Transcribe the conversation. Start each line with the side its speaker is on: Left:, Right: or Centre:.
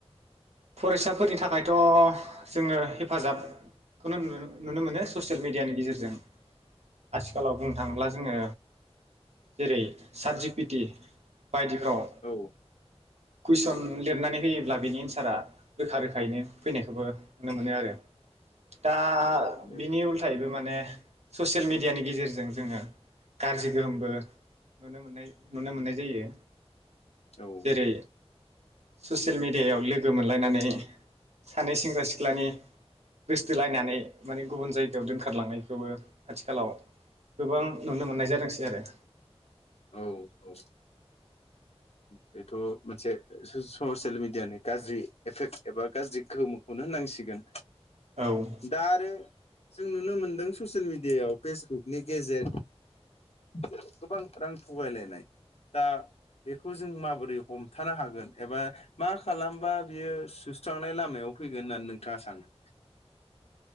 Right: फरायसाफोरनि थाखायथ' जोङो हेफाजाबखौनो नु नुनो मोनो ससियेल मिडियानि गेजेरजों आथिखालाव बुंनो थाङोब्ला जोङो जेरै साद जि पिटि बायदिफ्राव
Left: औ
Right: कुइसन
Left: औ
Right: लिरनानै होयोब्ला बिनि एन्सारा रोखा रोखायैनो फैनायखौबो नुनो मोनो आरो दा
Left: औ माने
Right: बिनि उल्थायबो माने ससियेल मिडियानि गेजेरजों जोङो गाज्रि गोहोमबो नुनो मोननाय नुनो मोननाय जायो।
Left: औ
Right: जेरै ससियेल मिडियाव लोगो मोन लायनानै सानै सेंग्रा सिख्लानि गोसथोलायनानै माने गुबुन जायगायाव दोनखारलांनायखौबो आथिखालाव गोबां नुनो मोननाय जादोंसै आरो
Left: औ औ बेथ' मोनसे स-ससियेल मिडियानि गाज्रि एफेक्ट एबा गाज्रि गोहोमखौनो होननांसिगोन।
Right: औ
Left: दा आरो जों नुनो मोनदों ससियेल मिडियाायाव फेसबुकनि गेजेर जों गोबां रां थगायलायनाय दा बेखौ जों माबोरै हमथानो हागोन एबा मा खालामबा बियो सुस्रांनाय लामायाव फैगोन होननानै नोंथाङा सानो?